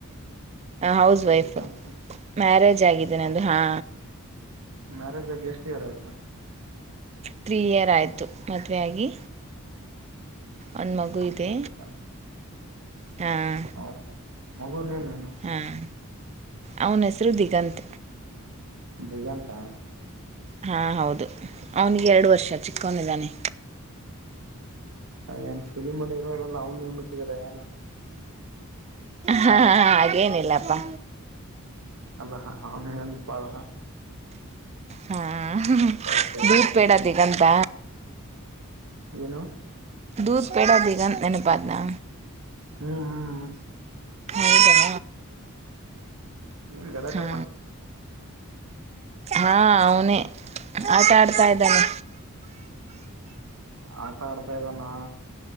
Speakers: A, on the right (about 30°); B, on the right (about 75°).
A: House wife
B: B com
A: marriage ಆಗಿದೆ ನಂದು
B: ಹೌದು
A: ಹಾ.
B: ಮ್ಯಾರೇಜ್ ಆಗಿ ಎಸ್ಟ್ ಇಯರ್ ಆಯ್ತು.
A: ತ್ರೀ ಇಯರ್ ಆಯಿತು ಮದುವೆಯಾಗಿ. ಒಂದು
B: ಹ್ಮ್
A: ಮಗು
B: ತ್ರಿ
A: ಇದೆ
B: ಇಯರ್ ಆಯ್ತಾ
A: ಹಾಂ
B: ಹೌದ ಮಗು ನೇಮ್ ಏನು.
A: ಹಾಂ ಅವನ ಹೆಸರು ದಿಗಂತ.
B: ದಿಗಂತಾ.
A: ಹಾ ಹೌದು ಅವನಿಗೆ ಎರಡು ವರ್ಷ ಚಿಕ್ಕವನು ಇದಾನೆ.
B: ಏನ್ ಫಿಲಿಮ ಅಲ್ಲಿ ಇರೋರೆಲ್ಲ ಅವ್ನು ನೇಮ್ ಇಟ್ಟಿದೀರ ಏನು
A: ಹಾ ಹ ಹಾಗೇನಿಲ್ಲಪ್ಪಾ.
B: ಅಲ್ಲ ಅವನೇ ನೆನಪು ಆದಾ.
A: ಹ್ಮ್
B: ಅಂತ
A: ಹೂ
B: ಕೇಳಿದೆ
A: ದೂದಪೇಡ ದಿಗಂತ್.
B: ಏನು
A: ದೂದಪೇಡ ದಿಗಂತ ನೆನಪಾದನಾ.
B: ಹ್ಮ ಹ್ಮ
A: ಹೌದಾ.
B: ಏನು ಗಲಾಟೆ
A: ಹಾ
B: ಮಾಡ್ತ
A: ಹಾ ಅವನೇ ಆಟ ಆಡ್ತಾ ಇದ್ದಾನೆ.
B: ಆಟ ಆಡ್ತಾ ಇದ್ದಾನಾ.